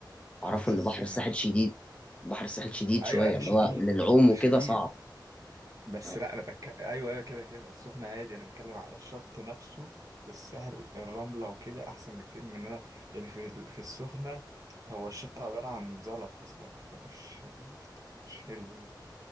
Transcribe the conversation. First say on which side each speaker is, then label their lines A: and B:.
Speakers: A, on the left; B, on the right.
A: اعرفه
B: عكس
A: ان
B: ازاي
A: بحر الساحل
B: يعني
A: شديد بحر الساحل شديد
B: ايوه
A: شويه اللي
B: شديد
A: هو للعوم
B: شديد
A: وكده صعب
B: بس
A: اه.
B: لا انا بك... ايوه ايوه كده كده السخنه هادي انا بتكلم على الشط نفسه في السهل الرمله وكده احسن بكتير من إن انا يعني في ال- في السخنه هو الشط عباره عن زلط اصلا فمش مش حلو يعني.